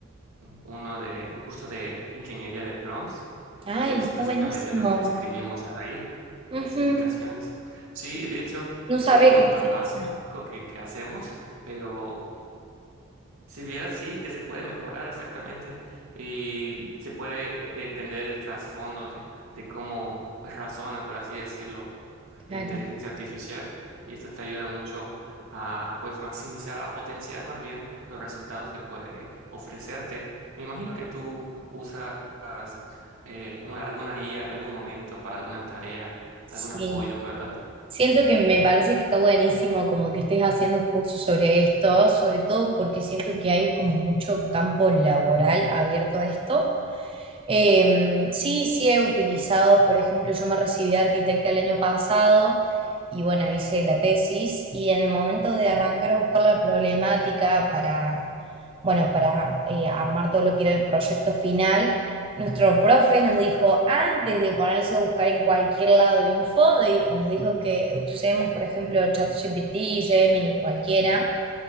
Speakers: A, on the right (about 85°); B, on the right (about 25°).
A: uno de, un curso de ingeniería de prompts,
B: Ay,
A: que es
B: está
A: básicamente
B: buenísimo.
A: lo que le escribimos a la IA, las
B: Ujú.
A: indicaciones. Sí, de hecho,
B: No
A: es
B: sabía
A: algo
B: que existía.
A: tan básico que, que hacemos, pero si vieras, sí, que se puede mejorar exactamente y se puede entender el trasfondo de, de cómo pues, razona, por así decirlo, la
B: Claro,
A: inteligencia artificial y esto te ayuda mucho a pues maximizar, a potenciar más bien los resultados que puede ofrecerte. Me imagino que tú usas eh, una- alguna IA en algún momento para alguna tarea,
B: sí.
A: algún apoyo, ¿verdad?
B: Siento que me parece que está buenísimo como que estés haciendo cursos sobre esto, sobre todo porque siento que hay como mucho campo laboral abierto a esto. Eh, sí, sí he utilizado, por ejemplo, yo me recibí de arquitecta el año pasado y bueno, hice la tesis y en el momento de arrancar a buscar la problemática para bueno, para eh, armar todo lo que era el proyecto final, nuestro profe nos dijo, antes de ponerse a buscar en cualquier lado info, de- nos dijo que usemos, por ejemplo, ChatGPT, Gemini, cualquiera,